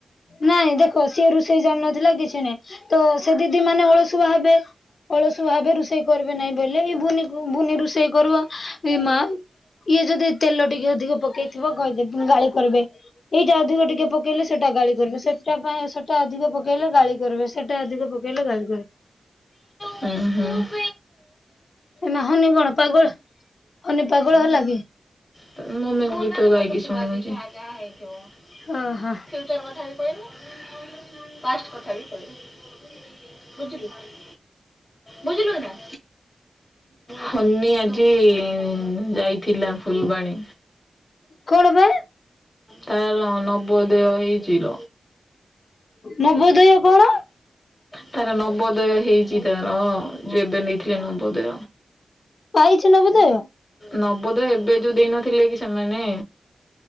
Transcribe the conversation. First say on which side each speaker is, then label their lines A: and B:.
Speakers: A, on the left; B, on the left.
A: ନାଇଁ ଦେଖ ସିଏ ରୋଷେଇ ଜାଣି ନଥିଲା କିଛି ନାହିଁ। ତ ସେ ଦିଦି ମାନେ ହଳସୁଆ ହେବେ। ଅଳସୁଆ ହେବେ ରୁଷେଇ କରିବେ ନାହିଁ ବୋଲେ ଏଇ ବୁନି ରୋଷେଇ କରିବ ଏ ମା ଇଏ ଯଦି ତେଲ ଟିକେ ଅଧିକ ପକେଇଥିବ କହିଦେ ଗାଳି କରିବେ ଏଇ ସେଇଟା ଅଧିକ ଟିକେ ପକେଇଲେ ସେଟା ଗାଳି କରିବେ ସେଟା ପାଇଁ ସେଟା ଅଧିକ ପକେଇଲେ ଗାଳି କରିବ ସେଟା ଅଧିକ ପକେଇଲେ ଗାଳି ହୁଁ
B: ହଁ ହଁ।
A: ଏ ମା ହଉନି କଣ ପାଗଳ ହଉନି ପାଗଳ ହେଲା କି?
B: ତା ମମି କ ଗୀତ ଗାଇକି ଶୁଣଉଚି। <unintelligible>
A: ହଁ ହଁ
B: ବୁଝିଲୁ ନା। ହନି ଆଜି ଯାଇ ଥିଲା ଫୁଲବାଣୀ।
A: କଣ ବେ
B: ତାର ନବଦୟୋ ହେଇ ତିର
A: ନବୋଦୟ କଣ?
B: ତାର ନବୋଦୟ ହେଇ ଚି ତାର ଯୋଉ ଏବେ ନେଇଥିଲେ ନବୋଦୟ।
A: ପାଇଛି ନବଦୟ।
B: ନବଦୟୋ ଏବେ ଯୋଉ ଦେଇନଥିଲେ କି ସେମାନେ।